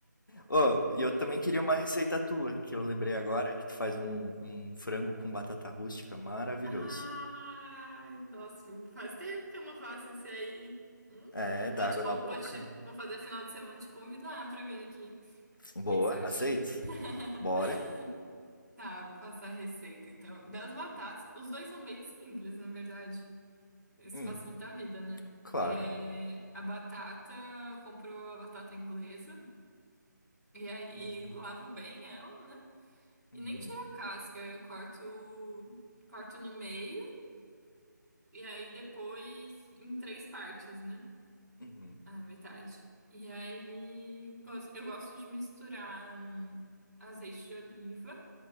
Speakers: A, on the left (about 80°); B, in the centre.
A: Oh, e eu
B: Nossa,
A: também queria
B: muito
A: uma
B: bom.
A: receita tua, que eu lembrei agora, que tu faz um, um frango com batata rústica maravilhoso.
B: Ai, nossa, faz tempo que eu não faço esse aí. Hum,
A: É,
B: vou
A: dá água
B: te, con-
A: na boca.
B: vou te, vou fazer final de semana te convidar pra vir aqui.
A: Boa,
B: O que que você acha?
A: aceito?
B: <laughs>
A: Bora.
B: Tá, vou passar a receita então. Das batatas, os dois são bem simples, na verdade. Isso
A: Hum,
B: facilita a vida, né?
A: claro.
B: É, a batata, comprou a batata inglesa e aí
A: Uhum,
B: lavo bem ela, né? E
A: uhum,
B: nem tiro a casca, eu corto, corto no meio e aí depois em três partes, né?
A: uhum.
B: A metade. E aí gos- eu gosto de misturar hum, azeite de oliva